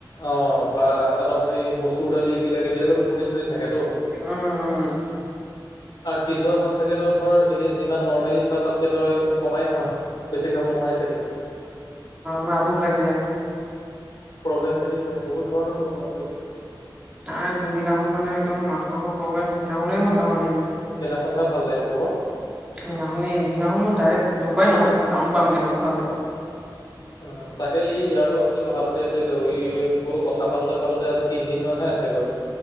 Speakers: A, on the left; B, on the right.
A: অ বা অলপ এই মচুৰ দালি এইবিলাক এইবিলাকতো প্ৰটিন চটিন থাকে তো
B: উম উম
A: আৰু সিজোৱা ভাত চাগে ধৰ এনেই যিমান নৰ্মেলি খ খা তাতকৈ তই কমাই খাৱ বেছি খাব নোৱাৰি চাগৈ
B: মাৰ আভোক লাগি যায়
A: প্ৰব্লেম তেনেকুৱাই বহুত ধৰণৰ প্ৰব্লেম আছে এইবিলাক
B: নাই যোনদিনাখন মানে একদম মাছ মাংস খাব পাৰিম সেইদিনাখনেই মই গাহৰি আনি
A: সেইদিনাখনহে ভাল লাগিব কোৱা
B: সেইদিনাখনি-সেইদিনাখন মই ডাইৰেক্ট য'ৰ পৰাই নহওঁক, মই টাউন পামগৈ তেনেকুৱা হ'লে
A: উম, তাকে এই ইয়াৰ লগত অথনি কথা পাতি আছিলোঁ, ই বোলো কথা পাতোতে পাতোতে আজি তিনিদিন মানহে আছে